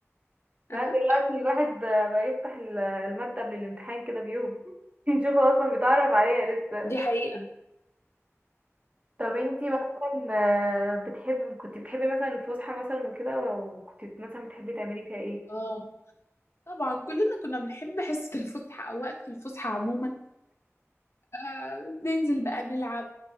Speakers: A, on the left; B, on the right.
A: <laughs>
B: لا دلوقتي الواحد بقى بقى يفتح ال- المادة قبل الامتحان كده بيوم <laughs> يشوف هو اصلا بيتعرف عليها لسه
A: دي حقيقة
B: طب انتي مثلا آه، بتحب كنت بتحبي مثلا الفسحة مثلا وكده وكنت مثلا بتحبي تعملي فيها ايه
A: اه طبعا كلنا كنا بنحب حصة الفسحة أو وقت الفسحة عموما آه ننزل بقى نلعب